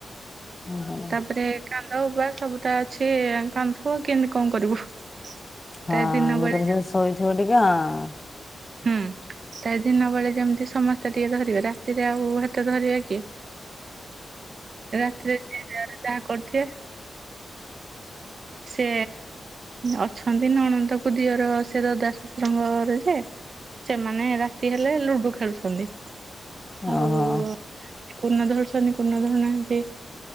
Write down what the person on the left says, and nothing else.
<unintelligible>
ହଁ
ନିଦରେ
ସିଏ <unintelligible> ଶୋଇଥିବ ଟିକେ ଆଁ,
ହ
ଓହୋ।